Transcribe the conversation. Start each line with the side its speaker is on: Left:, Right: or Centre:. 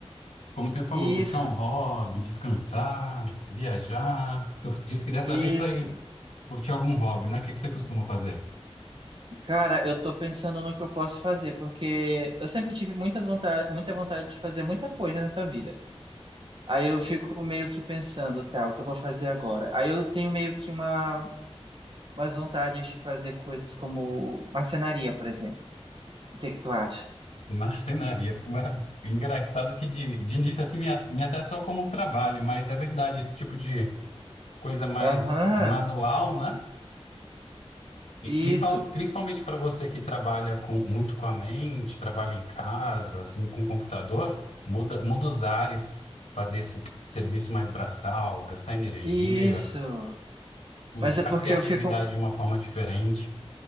Left: Como você falou,
Right: Isso,
Left: buscar um hobby, descansar, viajar. Tu disse que dessa
Right: isso.
Left: vez vai curtir algum hobby, né? O que que você costuma fazer?
Right: Cara, eu tô pensando no que eu posso fazer, porque eu sempre tive muitas vontade, muita vontade de fazer muita coisa nessa vida. Aí eu fico meio que pensando, tá, o que eu vou fazer agora? Aí eu tenho meio que uma, umas vontades de fazer coisas como marcenaria, por exemplo. O que é que tu acha?
Left: Marcenaria. <laughs> Engraçado que de, de início assim me, a- me até só como um trabalho, mas é verdade, esse tipo de coisa mais
Right: Aham,
Left: manual, né? E
Right: isso,
Left: principal- principalmente para você que trabalha com, muito com a mente, trabalha em casa, assim, com computador, muda, muda os ares, fazer esse serviço mais braçal, gastar energia.
Right: isso.
Left: Usar
Right: Mas é porque
Left: a criatividade
Right: eu fico,
Left: de uma forma diferente.